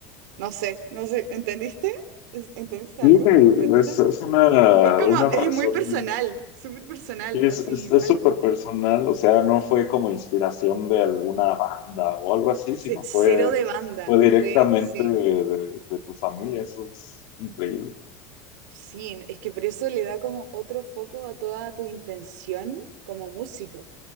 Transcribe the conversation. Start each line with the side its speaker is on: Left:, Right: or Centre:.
Right: no sé, no sé, ¿entendiste? ¿Entendiste
Left: Creo
Right: algo?
Left: que
Right: ¿Comprendiste?
Left: Es, es una,
Right: Es como,
Left: una razón,
Right: es muy personal, súper personal,
Left: sí, es,
Right: así
Left: es, es
Right: mal.
Left: súper personal, o sea, no fue como inspiración de alguna banda o algo así, sino
Right: Ce- Cero
Left: fue,
Right: de banda,
Left: fue directamente
Right: fue, sí.
Left: de, de- de tu familia, eso es increíble.
Right: Sí, es que por eso le da como otro foco a toda tu intención como músico.